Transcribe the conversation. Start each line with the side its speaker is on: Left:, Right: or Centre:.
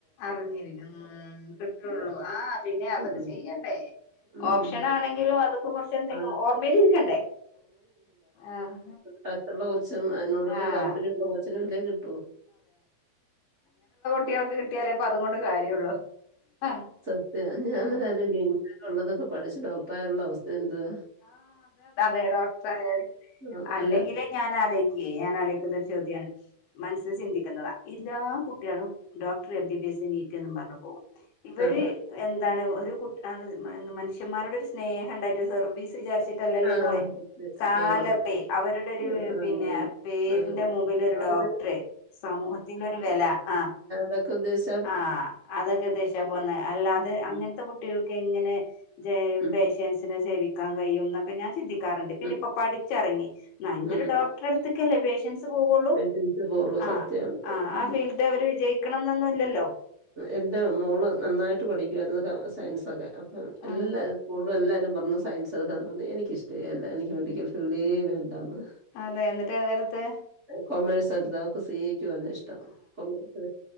Left: അറിഞ്ഞിരിക്കും കിട്ടൊള്ളൂ
Right: ഇതേ.
Left: ആ പിന്നെ അതൊക്കെ
Right: ഉം
Left: ചെയ്യെണ്ടേ
Right: ഉം.
Left: ഓപ്ഷനാണെങ്കിലും അതൊക്കെ കൊറ്ച്ചെന്തെങ്കിലും
Right: അത്
Left: ഓർമ്മേലിരിക്കണ്ടേ ആഹ്
Right: ടെച്ച്ള്ള കൊച്ചും അയ്നോടൊരു
Left: ആഹ്
Right: താല്പര്യൊള്ള കൊച്ചിനും ഇതേ കിട്ടൂ
Left: ട്ട്യാൾക്ക് കിട്ട്യാലേപ്പതുകൊണ്ട് കാര്യൊള്ളൂ ആഹ്
Right: ആഹ് ഞാൻന്നലെ
Left: അതെ
Right: ആലോയ്ക്ക്യേ ഇങ്ങനെള്ളതൊക്കെ പഠിച്ച് ഡോക്ടറായാല്ള്ള അവസ്ഥെന്തുവാ
Left: ആഹ് അതെ അതെ ഡോക്ട്രായാൽ
Right: ആഹ്
Left: അല്ലെങ്കിലേ
Right: അല്ല
Left: ഞാൻ ആലോയ് ക്ക്യേ ഞാനാലോയ്ക്കുന്നൊര് ചോദ്യാണ് മനസ്സ് ചിന്തിക്ക്ന്നതാ എല്ലാ കുട്ട്യാളും doctor M B B S NEET എന്നും പറഞ്ഞ് പോകും ഇവര്
Right: ആഹ്
Left: എന്താണ് ഒരു കു മന്ഷ്യമാരോട് ഒരു സ്നേഹണ്ടായിട്ടോ സർവീസ് വിചാര്ച്ചിട് ട്ടല്ലല്ലോ
Right: ആഹ്
Left: ഈ പോയെ
Right: സത്യം.
Left: സാലറി
Right: ആഹാ.
Left: അവരുടൊര്
Right: ആഹ് ആന്ന്.
Left: പിന്നെ പേരിന്റെ
Right: ആഹ്
Left: മുമ്പിലൊര്
Right: അത്
Left: ഡോ ട്ട്ർ സമൂഹത്തിലൊര് വെലാ ആഹ്
Right: തൊക്ക ഉദ്ധേശ്
Left: ആഹ് അതെക്കെ ഉദ്ദേശിച്ചാ പോന്നേ അല്ലാതെ
Right: ഉം.
Left: അങ്ങൻത്തെ കുട്ടികൾക്കെങ്ങനെ ജേ
Right: ഉം.
Left: പേഷ്യൻസിനെ സേവിക്കാൻ കഴിയുംന്നൊ ക്കെ ഞാൻ ചിന്തിക്കാറ്ണ്ട് പിന്നെപ്പം
Right: ഉം.
Left: പഠിച്ചിറങ്ങി നല്ലൊരു
Right: ഉം.
Left: ഡോക്ടറെട്ത്ത്ക്കല്ലേ പേഷ്യൻസ് പോവുള്ളൂ
Right: പേഷ്യൻസേ പോവുള്ളൂ.
Left: ആ
Right: സത്യമാണത്.
Left: ആ ആ ഫീൽഡ് അവര് വിജയിക്കണം എന്നൊന്നുംല്ലല്ലോ
Right: എന്റെ മോള് നന്നായിട്ട് പഠിക്കുവായിരുന്നു സയൻസൊക്കെ
Left: ആഹ്
Right: എല്ലാ സ്കൂളിലും എല്ലാരും പറഞ്ഞു സയൻസ് എനിക്കിഷ്ടേല്ല എനിക്ക് മെഡിക്കൽ ഫീൽഡ് വേണ്ടാന്ന്
Left: അതെ എന്നിട്ട് ഏതെടുത്ത്
Right: കൊമേഴ്സ് എടുത്ത് അവക്ക് സി എ ക്ക് പോവാന ഇഷ്ടം കൊമേഴ്സ്